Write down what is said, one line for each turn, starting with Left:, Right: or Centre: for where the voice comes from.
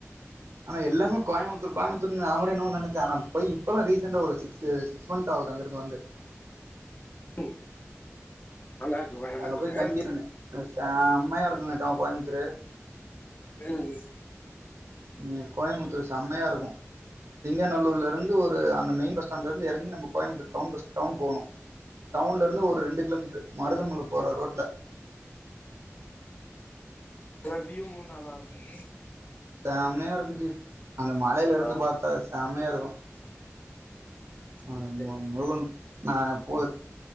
Right: ஆனா எல்லாமே கோயமுத்தூர் கோயமுத்தூர்னு நா கூட என்னமோ நெனச்ச ஆனா போய் இப்பதா ரீசெண்டா ஒரு சிக்ஸ் ச சிக்ஸ் மந்த் ஆகுது அங்கிருந்து வந்து
Left: ம் நல்லாருக்கு கோயம்புத்தூரு
Right: அங்க போய் தங்கிருந்தே செம்மையா இருக்கு மச்சா கோயமுத்தூரு
Left: ம்
Right: ங்க கோயம்புத்தூரு செம்மையா இருக்கு சிங்காநல்லூர்லருந்து ஒரு அந்த மெயின் பஸ்ஸ்டண்டலருந்து எறங்கி நம்ம கோயம்பத்தர் டவுன் பஸ் டவுன் போணு டவுன்ல இருந்து ஒரு
Left: ஆ
Right: ரெண்டு கிலோமீட்டரு மருதமுல போற ரோட்ல
Left: ம் வியூவு நல்லா இருக்கு
Right: செம்மையா இருக்கு ஜி அந்த மலையில இருந்து
Left: ஆ
Right: பார்த்தா செமையா இருக்கு
Left: சரி
Right: அ
Left: சரி
Right: மு முருகனு ந போ